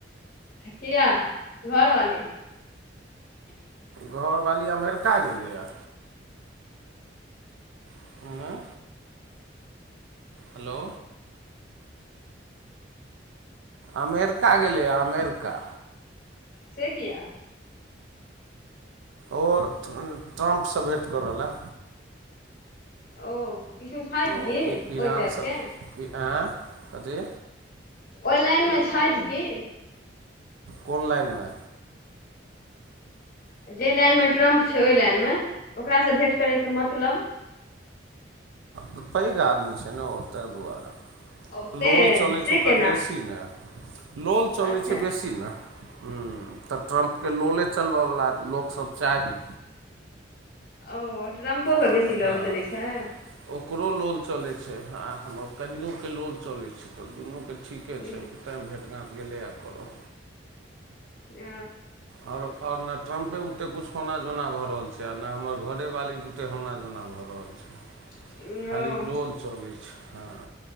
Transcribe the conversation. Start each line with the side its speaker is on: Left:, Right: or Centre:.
Left: आ किया घरवाली
Right: घरवाली अमेरिका गेलैया आँय हेलो अमेरिका गेलै या अमेरिका
Left: से किया
Right: ओ ट्रम्पसँ भेट करऽ लए
Left: ओ किछो छथि
Right: ओ
Left: की
Right: ईरानसब
Left: ओहि टाइपके
Right: आँ कथी
Left: ओई लाइनमे छथि की
Right: कोनलाइनमे
Left: जे लाइनमे ट्रम्प छै ओहि लाइनमे ओकरासँ भेट करैके मतलब
Right: तऽ पैघ आदमी छै ने ओ तै दुआरे
Left: ओ से
Right: लोल चलै
Left: से
Right: छै ओकर
Left: केना
Right: बेसी ने लोल
Left: अच्छा
Right: चलै छै बेसी ने हूँ तऽ ट्रम्पके लोले चलबयवला लोकसब चाही
Left: ओ ट्रम्पोे के
Right: तऽ
Left: बेसी
Right: हँ
Left: लोल चलै छाय
Right: ओकरो लोल चलै छै आ हमर कनियोके लोल चलै छै तऽ दुनूके ठीके
Left: हूँ,
Right: छै तैँ भेट घाँट गेलैया करऽ
Left: अ
Right: आओर आओर न ट्रम्पे भुते कुछ होना जोना भऽ रहल छै आ ने हमर घरे वाली भुते होना जोना भऽ रहल छै
Left: <inaudible>
Right: खाली
Left: ओ
Right: लोल चलै छै हँ